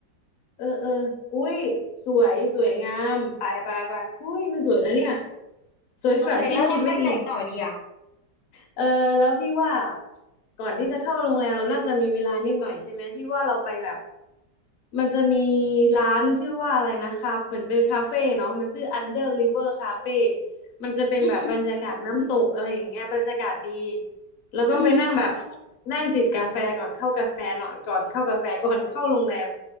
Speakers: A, on the left (about 60°); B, on the left (about 80°).
A: เออเอออุ้ยสวยสวยงามไปไปไปอุ้ยมันสวยนะเนี่ยสวยกว่าที่คิดไว้อีก
B: โอเคแล้วเราไปไหนต่อดีอ่ะ
A: เออแล้วพี่ว่าก่อนที่จะเข้าโรงแรมเราน่าจะมีเวลานิดหน่อยใช่ไหมพี่ว่าเราไปแบบมันจะมีร้านชื่อว่าอะไรนะคะเหมือนเป็นคาเฟ่เนาะมันชื่อ Under River Cafe มันจะเป็นแบบบรรยากาศน้ำตกอะไรอย่างเงี้ยบรรยากาศดี
B: อืม
A: แล้วก็ไปนั่งแบบ
B: อืมอืม
A: นั่งจิบกาแฟก่อนเข้ากาแฟหน่อยก่อนเข้ากาแฟก่อนเข้าโรงแรม